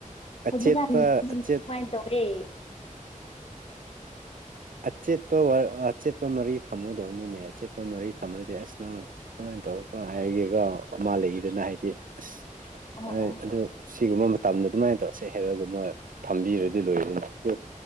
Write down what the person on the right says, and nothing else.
ꯑꯆꯦꯠꯄ
ꯑꯆꯦꯠ
ꯑꯆꯦꯠꯄ ꯑꯆꯦꯠꯄ ꯃꯔꯤ ꯊꯝꯃꯨꯗꯧꯅꯤꯅꯦ ꯑꯆꯦꯠꯄ ꯃꯔꯤ ꯊꯝꯃꯗꯤ ꯑꯁ ꯅꯪ ꯀꯃꯥꯏꯅ ꯇꯧꯔꯒ ꯀꯃꯥꯏ ꯍꯥꯏꯔꯒꯦꯒ ꯃꯥ ꯂꯩꯈꯤꯗꯅ ꯍꯥꯏꯗꯤ ꯑꯁ
ꯑꯗꯨ ꯁꯤꯒꯨꯝꯕ ꯃꯇꯝꯗꯣ ꯑꯗꯨꯃꯥꯏꯅ ꯇꯧꯔꯁꯦ ꯍꯦꯛꯔꯒ ꯃꯣꯏ ꯊꯝꯕꯤꯔꯗꯤ ꯂꯣꯏꯔꯅꯤꯅꯦ ꯑꯗꯨ